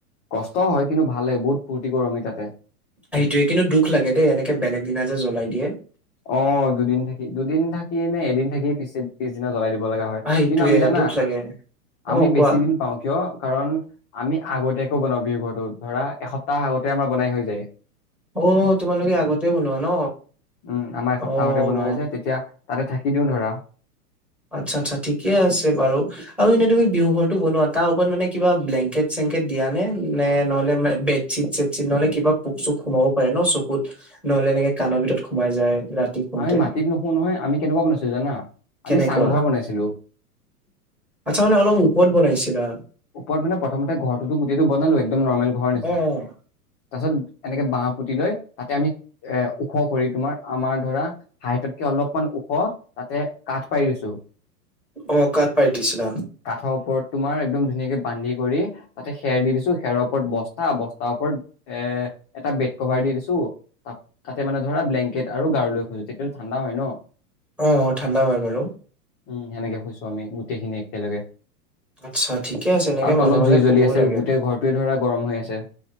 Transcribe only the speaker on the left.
কষ্ট হয় কিন্তু ভাল লাগে বহুত ফূৰ্তি কৰো আমি তাতে
অ' দুদিন থাকি দুদিন থাকি নে এদিন থাকি পিছে পিছদিনা জ্বলাই দিব। ল'ব লগা হয়,
কিন্তু আমি জানা।
আমি বেছি
দিন পাওঁ। কিয় কাৰণ আমি আগতীয়াকো ব'হাগ বিহু পাতো। ধৰা এসপ্তাহ আগতে আমাৰ বনাই হৈ যায়।
উম, আমাৰ এ
সপ্তাহতে বনোৱা
হৈ যায়, তেতিয়া তাতে থাকি দিওঁ ধৰা
আমি মাটিত নুশো নহয় আমি কেনেকুৱা বনাইছোঁ। জানা
আমি চাংঘৰ বনাইছিলোঁ।
ওপৰত মানে প্ৰথমতে ঘৰটোতো গোটেইটো বনালো একদম নৰ্মেল ঘৰৰ নিচিনা।
তাৰ পিছত এনেকে বাঁহ পুতি লৈ তাতে আমি। এ ওখ কৰি তোমাৰ আমাৰ ধৰা হাইটতকে অলপমান ওখ। তাতে কাঠ পাৰি দিছো
কাঠৰ ওপৰত তোমাৰ একদম। ধুনীয়াকে বান্ধি কৰি তাতে খেৰ দি দিছো খেৰৰ ওপৰত বস্তা বস্তাৰ ওপৰত এ এটা বে দ কভাৰ দি দিছো, তাতে মানে ধৰা ব্লেংকেট আৰু গাৰু লৈ খোজো তেতিয়লে ঠাণ্ডা হয় ন।
উম, সেনেকে শুইছো আমি গোটেইখিনি একেলগে।
আৰু
তলত
জুই জ্বলি
আছে,
গোটেই ঘৰটোৱে ধৰা গৰম হৈ আছে।